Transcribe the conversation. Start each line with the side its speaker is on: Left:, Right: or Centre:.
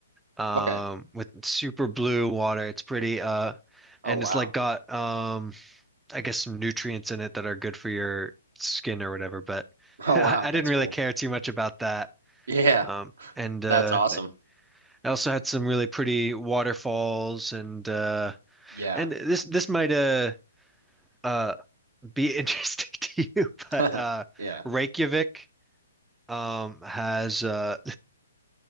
Centre: um,
Right: Okay.
Centre: with super blue water. It's pretty, uh, and
Right: Oh wow.
Centre: it's like got
Right: <laughs>
Centre: um, I guess some nutrients in it that are good for your skin or whatever. But <laughs>
Right: Oh
Centre: I,
Right: wow,
Centre: I
Right: that's
Centre: didn't really
Right: cool.
Centre: care too much about that.
Right: Yeah,
Centre: Um, and uh,
Right: that's awesome.
Centre: I also had some really pretty waterfalls and uh,
Right: Yeah.
Centre: And this this might uh uh be interesting <laughs> to you, but
Right: <laughs>
Centre: uh
Right: Yeah.
Centre: Reykjavik um has uh